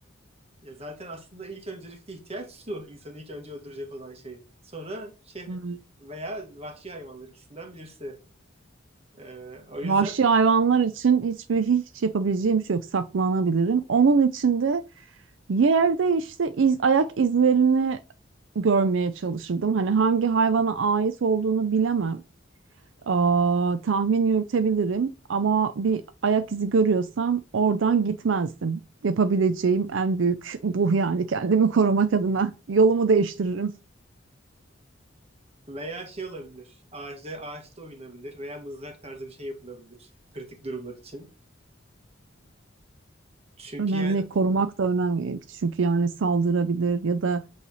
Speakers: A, on the right; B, on the right.
A: ya zaten aslında ilk öncelikli ihtiyaç su. İnsanı ilk önce öldürecek olan şey. Sonra şey
B: Evet.
A: veya vahşi hayvanlar ikisinden birisi. E, o yüzden
B: Vahşi hayvanlar için hiçbir hiç yapabileceğim bir şey yok. Saklanabilirim. Onun için de yerde işte iz, ayak izlerini görmeye çalışırdım. Hani hangi hayvana ait olduğunu bilemem. Aa, tahmin yürütebilirim ama bir ayak izi görüyorsam oradan gitmezdim. Yapabileceğim en büyük bu yani kendimi korumak adına yolumu değiştiririm.
A: veya şey olabilir. Ağaçta, ağaçta oynanabilir veya mızrak tarzı bir şey yapılabilir kritik durumlar için. Çünkü
B: Önemli
A: yani
B: korumak da önemli çünkü yani saldırabilir ya da